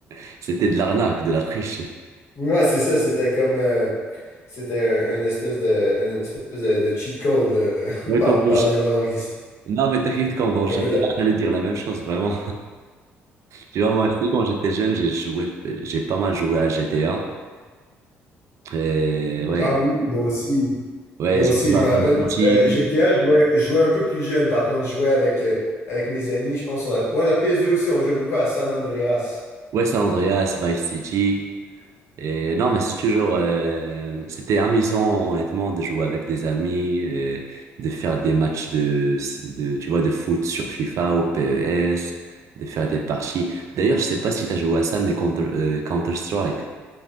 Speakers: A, on the right; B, on the left.
A: <laughs> C'était de l'arnaque, de la triche.
B: Ouais, c'est ça, c'était comme. euh, c'était un, une espèce de, une espèce de, de cheat code, là. <laughs>
A: Ouais,
B: Par-
A: comme dans-
B: pardonnez-moi l'anglicisme.
A: Non, mais t'inquiète, quand dans
B: Un
A: GTA,
B: peu de la.
A: j'allais dire la même chose, vraiment. Tu vois, moi aussi, quand j'étais jeune, j'ai joué, j'ai pas mal joué à G T GTA. Et ouais,
B: Ah oui, moi aussi.
A: ouais,
B: Moi
A: j'ai
B: aussi,
A: joué
B: je
A: à
B: me rappelle.
A: Vice City,
B: euh, GTA, je jouais, je jouais un peu plus jeune, par contre, je jouais avec, euh, avec mes amis, je pense, sur la, ouais, la PS2 aussi, on jouait beaucoup à San Andreas.
A: ouais, San Andreas, Vice City. Et non, mais c'est toujours, euh, c'était amusant, honnêtement, de jouer avec des amis, et de faire des matchs de, de, tu vois, de foot sur FIFA ou PES, de faire des parties. D'ailleurs, je sais pas si t'as joué à ça, mais Counter, euh, Counter-Strike.